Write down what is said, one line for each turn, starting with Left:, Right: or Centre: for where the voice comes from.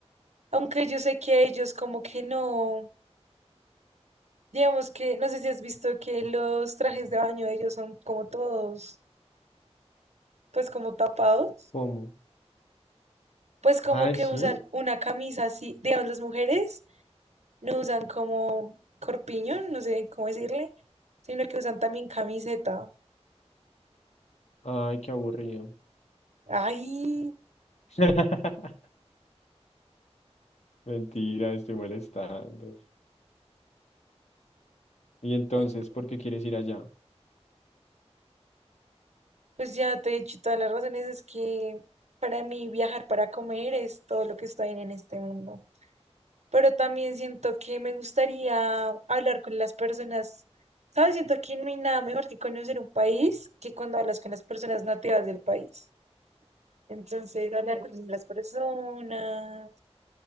Right: Aunque yo sé que ellos como que no. Digamos que, no sé si has visto que los trajes de baño de ellos son como todos, pues como tapados,
Left: ¿Cómo?
Right: pues como
Left: Ay,
Right: que
Left: sí.
Right: usan una camisa así, digamos las mujeres no usan como corpiño, no sé cómo decirle, sino que usan también camiseta.
Left: Ay, qué aburrido.
Right: Ay,
Left: <laughs> Mentira, estoy molestando. Y entonces,
Right: em,
Left: ¿por qué quieres ir allá?
Right: pues ya te he dicho todas las razones, es que para mí viajar para comer es todo lo que está bien en este mundo. pero también siento que me gustaría hablar con las personas, ¿sabes? Siento que no hay nada mejor que conocer un país que cuando hablas con las personas nativas del país. Entonces, hablar con las personas,